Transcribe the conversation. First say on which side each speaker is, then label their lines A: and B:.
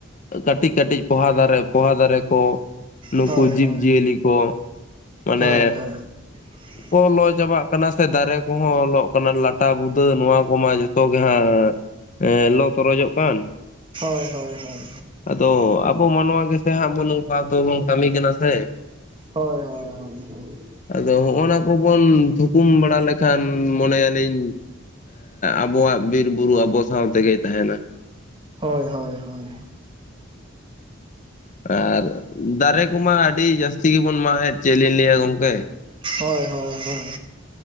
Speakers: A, on the left; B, on the right.
A: ᱠᱟᱹᱴᱤᱡ ᱠᱟᱹᱴᱤᱡ ᱯᱚᱦᱟ ᱫᱟᱨᱮ ᱯᱚᱦᱟ ᱫᱟᱨᱮ ᱠᱚ ᱱᱩᱠᱩ
B: ᱦᱳᱭ
A: ᱡᱤᱵᱽ
B: ᱦᱳᱭ
A: ᱡᱤᱭᱟᱹᱞᱤ ᱠᱚ ᱢᱟᱱᱮ
B: ᱦᱳᱭ ᱦᱳᱭ <inaudible>
A: ᱠᱚ ᱞᱚ ᱪᱟᱵᱟᱜ ᱠᱟᱱᱟ ᱥᱮ ᱫᱟᱨᱮ ᱠᱚᱦᱚᱸ ᱞᱚᱜ ᱠᱟᱱᱟ ᱞᱟᱴᱟ ᱵᱩᱫᱟᱹ ᱱᱚᱣᱟ ᱠᱚᱢᱟ ᱡᱚᱛᱚ ᱜᱮ ᱦᱟᱸᱜ ᱞᱚ ᱛᱚᱨᱚᱡᱚᱜ ᱠᱟᱱ
B: ᱦᱳᱭ ᱦᱚᱳᱭ ᱦᱳᱭ
A: ᱛᱚ ᱟᱵᱚ ᱢᱟᱱᱣᱟ ᱜᱮᱥᱮ ᱦᱟᱸᱜ ᱵᱚ ᱱᱚᱝᱠᱟ ᱫᱚᱵᱚᱱ ᱠᱟᱹᱢᱤ ᱠᱟᱱᱟ ᱥᱮ
B: ᱦᱳᱭ ᱦᱳᱭ ᱦᱳᱭ
A: ᱟᱫᱚ ᱦᱚᱜᱼ ᱱᱟ ᱠᱚᱵᱚᱱ ᱛᱷᱩᱠᱩᱢ ᱵᱟᱲᱟ ᱞᱮᱠᱷᱟᱱ ᱢᱚᱱᱮᱭᱟᱞᱤᱧ ᱟᱵᱚᱣᱟᱜ ᱵᱤᱨ ᱵᱩᱨᱩ ᱟᱵᱚ ᱥᱟᱶ ᱛᱮᱜᱮ ᱛᱟᱦᱮᱱᱟ
B: ᱦᱳᱭ ᱦᱳᱭ ᱦᱳᱭ
A: ᱟᱨ ᱫᱟᱨᱮ ᱠᱚᱢᱟ ᱟᱹᱰᱤ ᱡᱟᱹᱥᱛᱤ ᱜᱮᱵᱚᱱ ᱢᱟᱜ ᱮᱫ ᱪᱮᱫ ᱞᱤᱧ ᱞᱟᱹᱭᱟ ᱜᱚᱢᱠᱮ
B: ᱦᱳᱭ ᱦᱳᱭ ᱦᱳᱭ